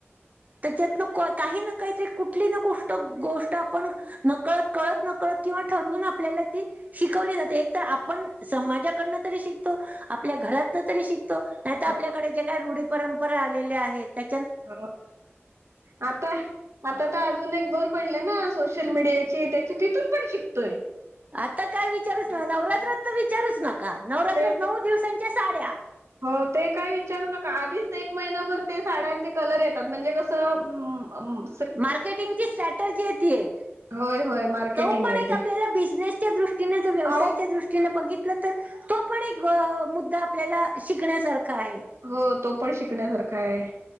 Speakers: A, on the right; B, on the right.
A: त्याच्यात ना काही ना काहीरी कुठली ना गष्ट गोष्ट आपण. नकळत कळत नकळत किंवा ठरवून आपल्याला ती. शिकवली जाते एक तर आपण समाजाकडनं तरी शिकतो आपल्या घरातन तरी शिक तो नाही तर आपल्याकडे
B: हो
A: जे काही रुढी परंपरा आलेल्या आहेत. त्या
B: हो आता आता तर अजून एक भर पडले ना सोशल मीडियाची, त्याची तिथून पण शिकतोय.
A: आता काय विचारूच न नवरात्रात तर विचारूच नका नवरात्रात
B: ते
A: नऊ दिवसांच्या साड्या.
B: हो ते काय विचारू नका आधीच एक महिनाभर ते साड्यांचे कलर येतात म्हणजे कसं, अं अम्म.
A: मार्केटिंगची स्ट्रॅटर्जीय ती एक.
B: होय होय मार्केटिंग
A: तो पण
B: आहे
A: एक
B: ते.
A: आपल्याला बिझनेसच्या दृष्टीने जो व्यवसायाच्या
B: आहो
A: दृष दृष्टीने बघितलं तर तो पण एक मुद्दा आपल्याला शिकण्यासारखा आहे.
B: हो तो पण शिकण्यासारखा आहे.